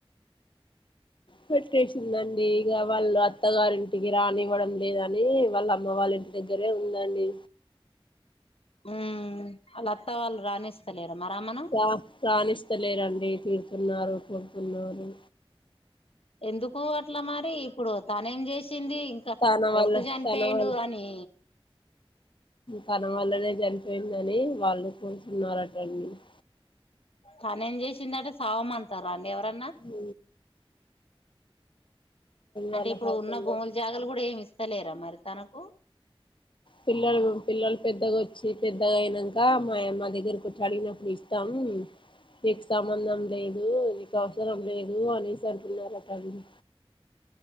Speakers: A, on the left; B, on the left.
A: పెట్టేసిందండి ఇగ వాళ్ళు అత్తగారింటికి రానివ్వడం లేదని వాళ్ళ అమ్మ వాళ్ళ ఇంటి దగ్గరే ఉందండి.
B: ఉమ్ వాళ్ళ అత్త వాళ్ళు రానిస్తలేరా మరి ఆమెను
A: రా రానిస్తలేరండి తీర్ తున్నారు కొడుతున్నారు.
B: ఎందుకో అట్ల మరి ఇప్పుడు తానేం చేస్ చ్చింది ఇంకా
A: తన
B: కొడుకు
A: వల్ల
B: చనిపోయిండు
A: తన వల్ల
B: అనీ
A: తన వల్లనే జరి గిందని అని వాళ్ళు అనుకుంటున్నారటండీ <unintelligible>
B: తనేం చేసిందట సావమంటర అండి ఎవర్
A: ఊ
B: అంటే
A: వాళ్ళకి
B: ఇప్పుడు
A: అర్థం
B: ఉన్న భూములు
A: కాదు
B: జాగాలు గూడా ఏం ఇస్తలేరా మరి తనకు
A: పిల్లలు పిల్లలు పెద్దగా వచ్చి పెద్దగా అయినంక మా య మా దగ్గరకొచ్చి అడిగినప్పుడు ఇస్తాం నీకు సంబంధం లేదు నీకు అవసరం లేదు అనేసి అంటున్నారు. కదిరి